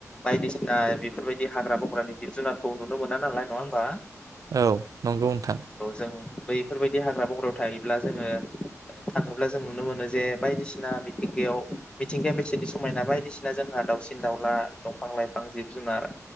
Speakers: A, on the left; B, on the right.
A: बायदिस ना बेफोरबायदि हाग्रा बंग्रानि जिब जुनारखौ नुनो मोना नालाय नङा होमबा?
B: औ नंगौ नोंथां।
A: जों औ बैफोरबायदि हाग्रा बंग्रायाव थायोब्ला जोङो थाङोब्ला जों नुनो मोनो जे बायदिसिना मिथिंगायाव मिथिंगाया बेसेदि समायना बायदिसिना जोंहा दावसिन दाउला दंफां लाइफां जिब जुनार